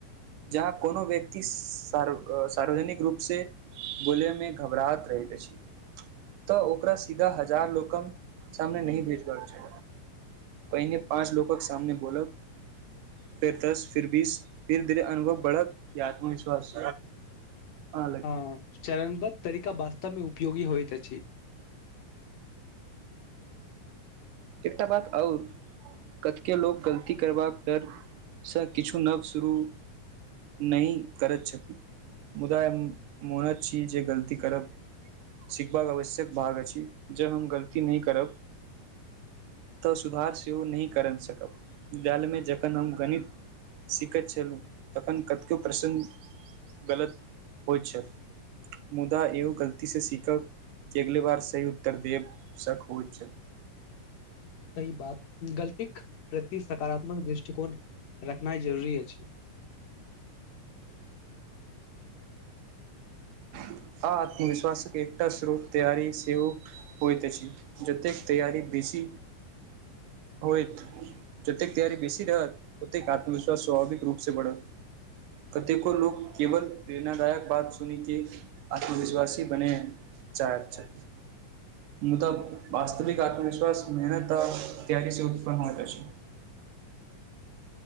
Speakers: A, on the right; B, on the left.
A: जहाँ कोनो व्यक्ति सार्वजनिक रूप से बोलै मे घबराहत रहैत अछि तऽ ओकरा सीधा हजार लोकक सामने नहिह भेजबाक छै पहिने पाँच लोकके सामने बोलब फेर दस फिर बीस फिर फीर अनुभव बढत या आत्मविश्वास लगी
B: हँ चरणबद्ध तरीका वास्तवमे उ उपयोगी होइत छी
A: एकटा बात आओर कतके लोक गलती करबाक डरसँ किछु नव शुरू नहि करैत छथिन मुदा हम मोनैत छी जे गलती करब सिखबाक आवश्यक भाग अछि जे हम गलती नहि करब तऽ सुधार सेहो नहि कर' सकब विद्यालयमे जखन हम गणित सीखैत छलहुँ तखन कतेको प्रश्न गलत होइत छल मुदा एहो गलतीसँ सीखब कि अगले बार सही उत्तर देब सक होइत छल
B: सही बात गलतीक प्रति सकारात्मक दृष्टिकोण रखनाइ जरूरी अछि
A: आ आत्मविश्वासक एकटा स्रोत तैयारी सेहो होइत अछि जतेक तैयारी बेसी होयत जतेक तैयारी बेसी रहत ओतेक आत्मविश्वास स्वाभाविक रूप से बढ़त कतेको लोक केवल प्रेरणादायक बात सुनि के आत्मविश्वासी बने चाही छै मुदा वस्तविक आत्मविश्वास मेहनत आ तैयारी से उत्पन्न होइत अछि